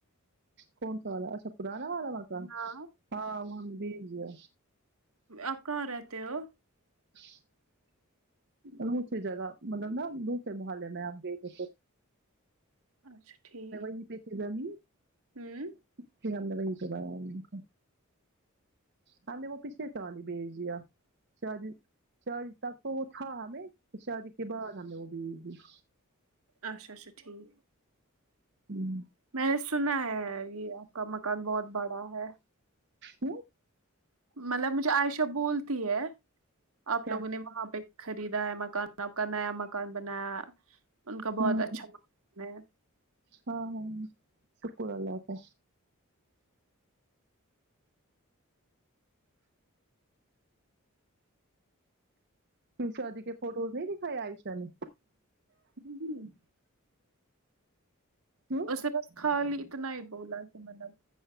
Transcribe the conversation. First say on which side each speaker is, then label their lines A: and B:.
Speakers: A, on the right; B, on the right.
A: کون سا والا اچھا پرانا والا مکان
B: ہاں
A: ہاں وہ ہم نے بیچ دیا
B: آپ کہاں رہتے ہو
A: <inaudible> دوسری جگہ مطلب ناں دوسرے محلے میں ہم گئے تھے
B: اچھا ٹھیک
A: <unintelligible>
B: ہوں
A: پھر ہم نے وہی کروایا ہم نے وہ پچھلے سال ہی بیچ دیا چ چار تک تو وہ تھا ہمیں شادی کے بعد ہمنے وہ بیچ دیا
B: اچھا اچھا ٹھیک
A: ہوں
B: میں نے سنا ہے یہ آپ کا مکان بہت بڑا ہے
A: ہوں
B: مطلب مجھے عائشہ بولتی ہے
A: کیا
B: آپ لوگوں نے وہاں پہ خریدا ہے مکان آپ کا نیا مکان بنایا ان کا
A: ہوں
B: بہت اچھا مکان ہے
A: ہاں ہاں شکر اللہ کا شادی کے فوٹوز نہیں دکھائے عائشہ نے
B: ہم،
A: ہوں
B: اس نے بس خالی اتنا ہی بولا کہ مطلب